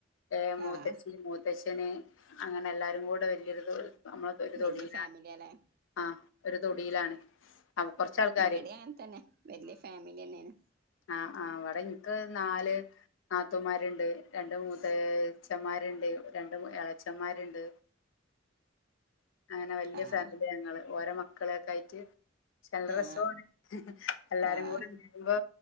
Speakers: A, on the left; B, on the right.
A: ഏ മൂത്തച്ചി
B: ആഹ്
A: മൂ ത്തച്ചന് അങ്ങനെ എല്ലാരും കൂടെ വലിയൊരു നമ്മളക്കെ ഒരു തൊടുല
B: വല്യ ഫാമിലിയാല്ലേ
A: ആ ഒരു തൊടിയിലാണ് അപ്പൊ കൊറച്ചാൾക്കാര്
B: ഇവിടെ അഅങ്ങനെതന്നെ തന്നെ വല്യ ഫാമിലി തന്നെണ്
A: ആ ആ അവിടെ ഇനിക്ക് നാല് നാത്തൂന്മാരുണ്ട് രണ്ട് മൂത്തച്ചന്മാരുണ്ട് രണ്ട് ഇ.... ച്ച്ചന്മാരുണ്ട് അങ്ങനെ വല്യ
B: ആഹ്
A: ഫാമിലി ഞങ്ങള് ഓരോ മക്കളെയക്കെ ആയിട്ട് നല്ല
B: ആഹ്
A: രസമാണ് എല്ലാരും
B: ആഹ്
A: കൂടെ ഉണ്ട്പോ